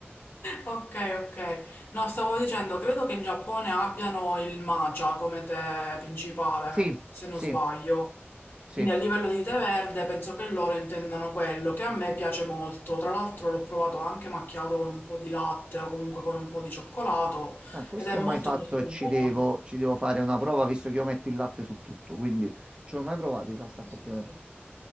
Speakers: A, on the left; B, on the right.
A: Ok, ok. No, stavo dicendo, credo che in Giappone abbiano il matcha come tè principale,
B: Sì,
A: se non
B: sì,
A: sbaglio.
B: sì.
A: Quindi a livello di tè verde penso che loro intendano quello, che a me piace molto. Tra l'altro l'ho provato anche macchiato con un po' di latte o comunque con un po' di cioccolato
B: Ah, questo
A: ed è molto
B: ho mai fatto
A: molto
B: e
A: buono.
B: ci devo, ci devo fare una prova visto che io metto il latte su tutto, quindi ci ho mai provato di fare sta
A: Sì,
B: accoppiamento.
A: sì, sì.